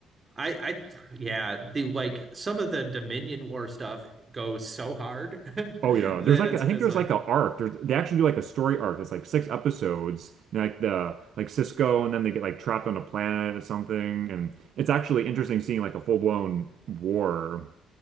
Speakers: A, on the right (about 35°); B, on the right (about 70°).
A: I, I, yeah, the like some of the Dominion War stuff goes so hard <laughs>
B: Oh yeah,
A: that
B: there's like
A: it's
B: I
A: just
B: think there's
A: like,
B: like an arc. There's, they actually do like a story arc that's like six episodes. And like the like Cisco, and then they get like trapped on a planet or something. And it's actually interesting seeing like a full blown war